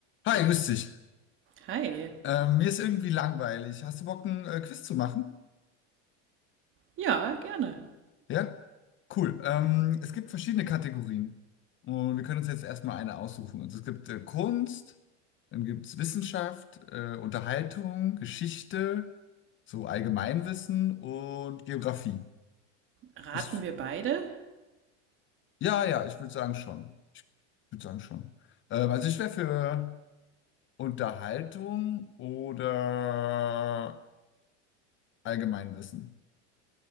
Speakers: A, on the left; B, on the right.
A: Hi, grüß dich.
B: Hi.
A: Ähm, mir ist irgendwie langweilig. Hast du Bock, ein äh, Quiz zu machen?
B: Ja, gerne.
A: Ja? Cool. Ähm, es gibt verschiedene Kategorien. Und wir können uns jetzt erstmal eine aussuchen. Also es gibt äh, Kunst, dann gibt es Wissenschaft, äh, Unterhaltung, Geschichte, so Allgemeinwissen und Geografie.
B: Raten
A: Ich,
B: wir beide?
A: ja, ja, ich würde sagen schon. Ich würde sagen schon. Ähm, also ich wäre für Unterhaltung oder Allgemeinwissen.